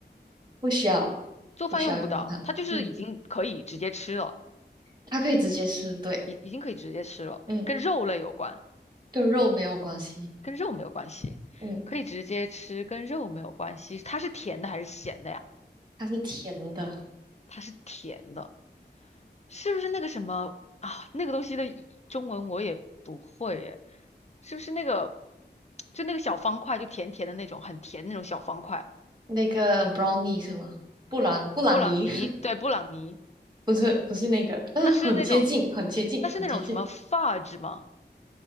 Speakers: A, on the right; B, on the left.
A: 不需要，
B: 做饭用不到，
A: 不需要用到它，
B: 它就是已经可以直接吃了，
A: 嗯，它可以直接吃，对，
B: 已已经可以直接吃了，
A: 嗯，
B: 跟肉类有关，
A: 跟肉没有关系，
B: 跟肉没有关系，
A: 嗯，
B: 可以直接吃，跟肉没有关系。它是甜的还是咸的呀？
A: 它是甜的，
B: 它是甜的，是不是那个什么啊？那个东西的一中文我也不会耶，是不是那个就那个小方块，就甜甜的那种，很甜的那种小方块？
A: 那个 brownie 是吗？布朗布朗尼
B: 布朗尼，
A: <laughs>
B: 对，布朗尼。
A: 不是不是那个，但是很接近，
B: 那是那种，
A: 很接近，
B: 那是那种什么发质吗？
A: 很接近，